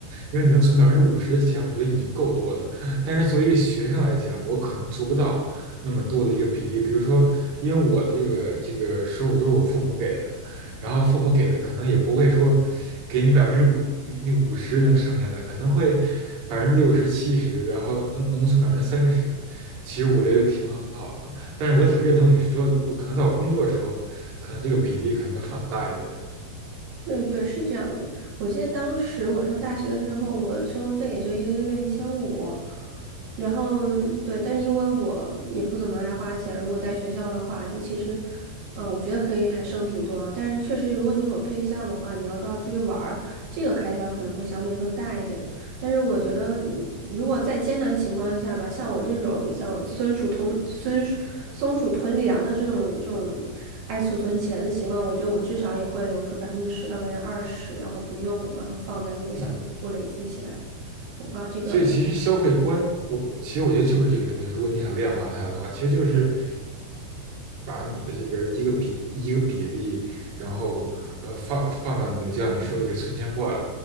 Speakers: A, on the right; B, on the right.
A: 因为你能存百分之五十的钱，我觉得已经够多了。但是作为一个学生来讲，我可能做不到那么多的一个比例。比如说，因为我的这个这个收入都是我父母给的，然后父母给的可能也不会说给你百分之五那五十能剩下的，可能会百分之六十七十，然后能能存百分之三十，其实我觉得就挺好的。但是我挺认同你说，我可能到我工作的时候，可能这个比例可能会放大一点。
B: 对对，是这样子。我记得当时我上大学的时候，我生活费也就一个月一千五，然后对，但是因为我也不怎么爱花钱，如果在学校的话，这其实，呃，我觉得可以还剩挺多。但是确实，如果你有对象的话，你要到时候出去玩儿，这个开销可能会相对更大一点。但是我觉得，嗯如果在艰难情况下吧，像我这种像孙鼠同孙松鼠囤粮的这种这种爱储存钱的习惯，我觉得我至少也会留出百分之十到百分之二十，然后不用，然后放在那个小金库累积起来。
A: 嗯，
B: 我不知道这个。
A: 所以其实消费观，我其实我觉得就是这个东西，如果你想量化它的话，其实就是把你的这个一个比一个比例，然后呃放放到你的，就像你说的这个存钱罐里。